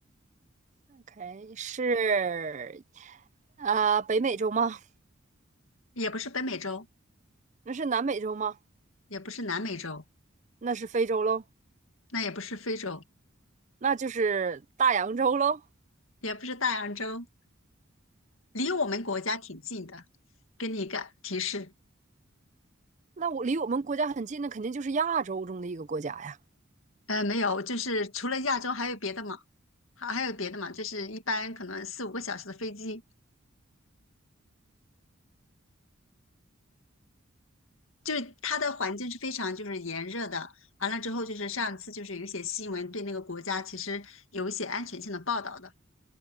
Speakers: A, on the right; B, on the left.
A: ？OK，是啊、呃北美洲吗？
B: 也不是北美洲，
A: 那是南美洲吗？
B: 也不是南美洲，
A: 那是非洲喽，
B: 那也不是非洲，
A: 那就是大洋洲喽。
B: 也不是大洋洲，离我们国家挺近的，给你一个提示。
A: 那我离我们国家很近的，肯定就是亚洲中的一个国家呀，
B: 呃，没有，就是除了亚洲还有别的嘛，还还有别的嘛，就是一般可能四五个小时的飞机，就是它的环境是非常就是炎热的。完了之后，就是上次就是有一些新闻对那个国家其实有一些安全性的报道的。